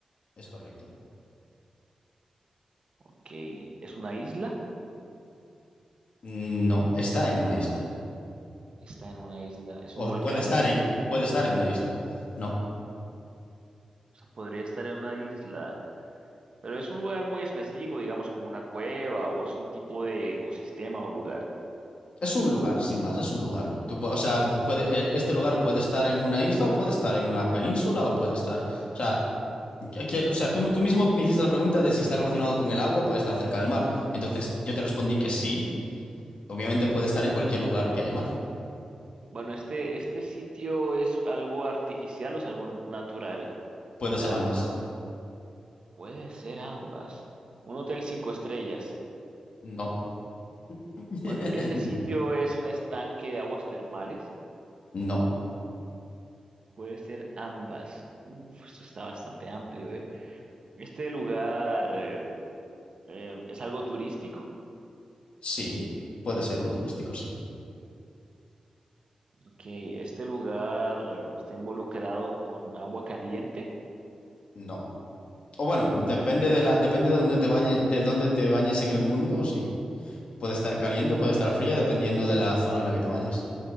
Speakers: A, on the left (about 65°); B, on the right (about 50°).
A: Es correcto.
B: Ok, ¿es una isla?
A: No, está en una isla.
B: Está en una isla. ¿Es
A: O
B: un volcán?
A: puede estar en, puede estar en una isla. No.
B: O sea, podría estar en una isla. Pero es un lugar muy específico, digamos como una cueva o es un tipo de ecosistema o lugar.
A: Es un lugar, sin más, es un lugar. Tú, pu- o sea, tú puede, el- este lugar puede estar en una isla o puede estar en una península o puede estar... O sea, que- o sea, tú, tú mismo me hiciste la pregunta de si está relacionado con el agua, puede estar cerca del mar. Entonces yo te respondí que sí, obviamente puede estar en cualquier lugar que haya mar.
B: Bueno, este, este sitio es algo artificial o es algo natural,
A: Puede
B: generado
A: ser ambas.
B: por la... na- Puede ser ambas. Un hotel cinco estrellas.
A: No, <laughs>
B: Bueno, este sitio es un estanque de aguas termales.
A: no,
B: Puede ser ambas. Uf, esto está bastante amplio, ¿eh? Este lugar eh, eh, es algo turístico.
A: sí, puede serlo, turístico sí.
B: Ok, este lugar eh, está involucrado con agua caliente,
A: No. O bueno, depende de la, depende de dónde te bañes, de dónde te bañes en el mundo, sí. Puede estar caliente o puede estar fría, dependiendo de la zona en la que te bañes.